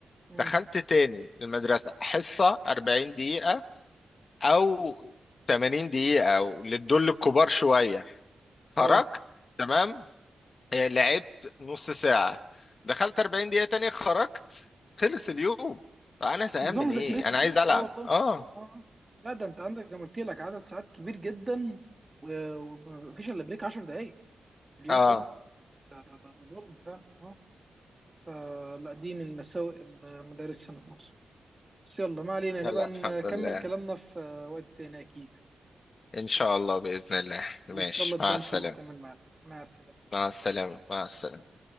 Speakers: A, on the right; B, on the left.
A: امم
B: دخلت تاني المدرسة حصة 40 دقيقة أو 80 دقيقة أو للدول الكبار شوية خرجت
A: اه
B: تمام آه، لعبت نص ساعة دخلت 40 دقيقة تاني خرجت خلص اليوم فأنا
A: أك-
B: زهقان
A: نظام
B: من
A: مذاكرتي
B: إيه أنا عايز ألعب
A: اه والله
B: آه
A: اه آه. لا ده انت عندك زي ما قلت لك عدد ساعات كبير جدا و- ومفيش الا بريك 10 دقائق في اليوم
B: آه
A: كله ده ده ده, ده ظلم فعلا اه فلا دي من مساوئ المدارس هنا في مصر بس يلا ما علينا نبقى
B: يلا
A: نكمل
B: الحمد لله
A: كلامنا في وقت تاني اكيد
B: إن شاء الله بإذن الله ماشي
A: وان شاء الله تبان
B: مع السلامة
A: فروق كمان معانا مع السلامه
B: مع السلامة مع السلامة